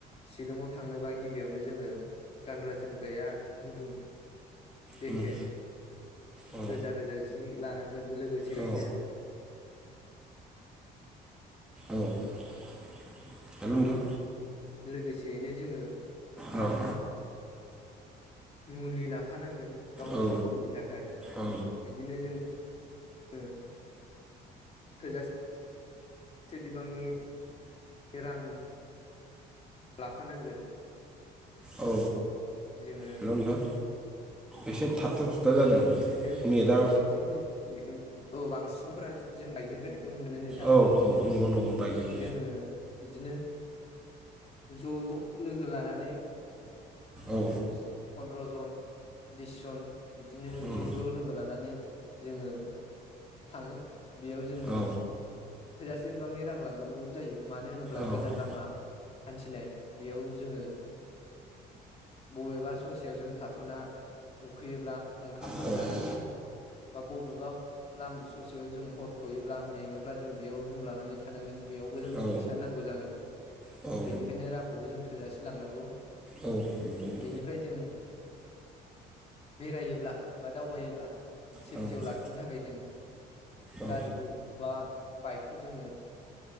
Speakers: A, on the left (about 35°); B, in the centre.
A: शिलङाव थांनोबा गिबियावनो जोङो गानग्रा जोमग्राया गुदुं जेकेट
B: उम औ
A: रोजा रोजा जि लानांगोन लोगोसेयैनो
B: औ औ हेल' नोंथां
A: लोगोसेयैनो जोङो
B: औ <inaudible>
A: मुलि लाफानांगोन गावनि
B: औ
A: सेफटिनि थाखाय
B: औ
A: बिदिनो जो ङो थोजा से बिबांनि रां लाफानांगोन
B: औ
A: जोङो
B: हेल' नोंथां
A: बिब्दि
B: एसे थाबथा थुबथा जादों
A: बिदिनो
B: नेटआ
A: बांसिन <unintelligible> औ बांसिन सुबुंफोरा जों बाइकजों बेरायो खौ नुनो मोनो नोंथां
B: औ औ नंगौ नंगौ बायजोब
A: जोङो बिदिनो ज' ज' लोगो लानानै
B: औ
A: बुजिदों फन्द्र' जन बिस जन बिदिनो
B: उम
A: ज' ज' लोगो लानानै जोङो थाङो बेयाव जोङो
B: औ
A: थोजासे बिबांनि रां लांनांगौ जायो मानो होनोब्ला
B: औ
A: गोजान लामा हानथिनाय। बेयाव जोङो बबेबा ससेयाव जों थाथ'ना उखैयोब्ला ओंखामफोर
B: औ
A: जानांगोन बा बबेबा लाम ससेयाव जों हर थ'योब्ला मेङोब्ला जों बेयाव रुम लानानै थानांगोन बेयावबो जोंनो
B: औ
A: फैसा नां गौ जागोन
B: औ नंगौ
A: बेनिखायनो रांखौबो जों थो थोजासे लांनांगौ
B: औ नंगौ
A: बेनिफ्राय जों बेरायोब्ला बा दावबायोब्ला सेफटियाव
B: नोंथां
A: लाखिनो थाखाय जों
B: औ
A: गारिखौ बा बाइकखौ जोङो